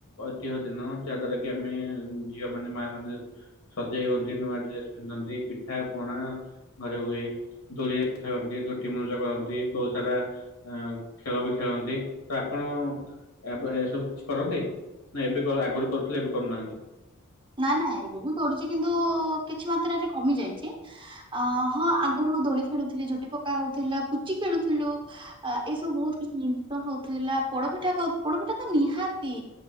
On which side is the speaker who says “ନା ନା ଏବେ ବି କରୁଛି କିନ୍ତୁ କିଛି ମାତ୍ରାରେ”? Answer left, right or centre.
Right